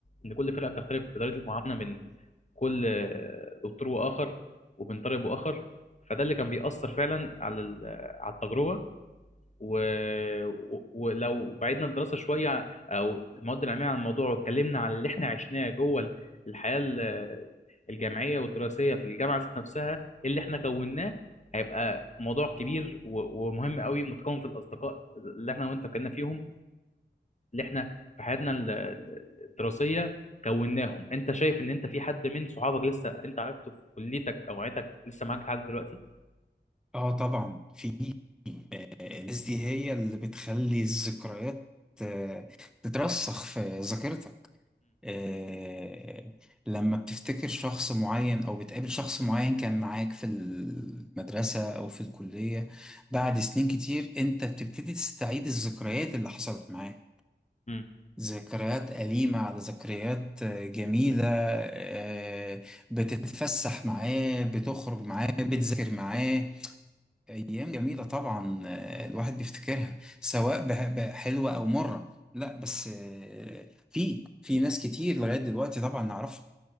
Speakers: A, on the left; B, in the centre.
A: ان كل فرقه بتختلف في طريقه المعامله من كل آه، دكتور واخر وبين طالب واخر فده اللي كان بيأثر فعلا على ال- على التجربه و... و- ولو بعدنا الدراسه شويه او المواد العلميه عن الموضوع واتكلمنا على اللي احنا عشناه جوه ال- الحياه ال- الجامعيه والدراسيه في الجامعه ذات نفسها اللي احنا كوناه هيبقى موضوع كبير و- ومهم قوي متكون في الاصدقاء اللي احنا وانت كنا فيهم اللي احنا في حياتنا ال- ال- الدراسيه كوناهم انت شايف ان انت في حد من صحابك لسه انت عرفته في كليتك او عيلتك لسه معاك لحد دلوقتي
B: اه طبعا في الناس دي هي اللي بتخلي الذكريات آه، تترسخ في ذاكرتك آه، لما بتفتكر شخص معين او بتقابل شخص معين كان معاك في المدرسة او في الكلية بعد سنين كتير انت بتبتدي تستعيد الذكريات اللي حصلت معاه
A: امم
B: ذكريات أليمة على ذكريات آه، جميلة آه، بتتفسح معاه بتخرج معاه بتذاكر معاه أيام جميلة طبعا آه، الواحد بيفتكرها سواء ب- ب- حلوة أو مرة لا بس آه، في في ناس كتير لغاية دلوقتي طبعا نعرفها